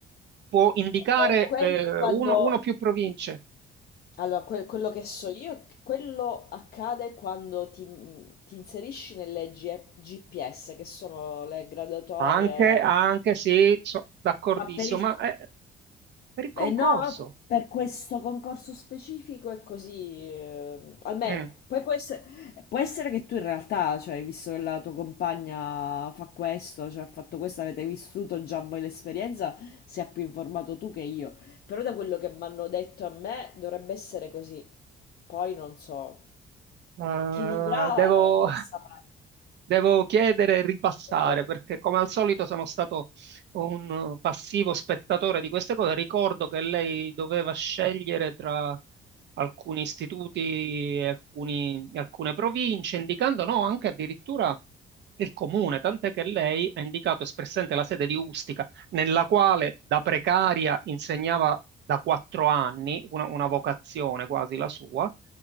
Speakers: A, on the right; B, on the left.
A: può indicare
B: eh, quelli
A: eh,
B: quando...
A: uno, uno o più province.
B: Allora, que- quello che so io, è che quello accade quando ti, mhmm, ti inserisci nelle G- GPS, che sono le graduatorie,
A: Anche, anche sì, so- d'accordissimo,
B: ma per il,
A: ma eh, per il concorso.
B: e no, per questo concorso specifico è così, eh, almeno.
A: Mm.
B: Poi può essere, può essere che tu in realtà, cioè, visto che la tua compagna fa questo, cioè ha fatto questo, avete vissuto già voi l'esperienza, sia più informato tu che io. Però da quello che mi hanno detto a me dovrebbe essere così. Poi non so,
A: Eh,
B: chi vivrà
A: devo, <laughs>
B: eh, saprà.
A: Devo chiedere e ripassare
B: Cioè, Dovrebbe...
A: perché, come al solito, sono stato un eh, passivo spettatore di queste cose. Ricordo che lei doveva scegliere tra alcuni istituti e alcuni- alcune province, indicando no, anche addirittura il comune, tant'è che lei ha indicato espressamente la sede di Ustica nella quale da precaria insegnava da quattro anni, una, una vocazione quasi la sua,